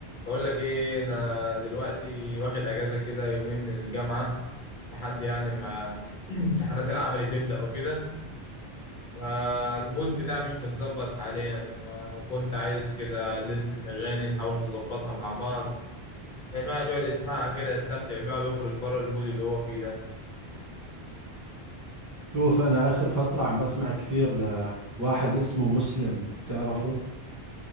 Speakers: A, on the left; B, on the right.
A: بقول لك ايه انا دلوقتي واخد اجازه كده يومين من الجامعه لحد يعني ما <clears throat> امتحانات العملي تبدا وكده فالمود بتاعي مش متظبط حاليا فكنت عايز كده لستة اغاني نحاول نظبطها مع بعض يعني الواحد يقعد يسمعها كده يستمتع بيها ويخرج بره المود اللي هو فيه ده
B: شوف انا اخر فترة عم بسمع كثير لواحد اسمه مسلم تعرفه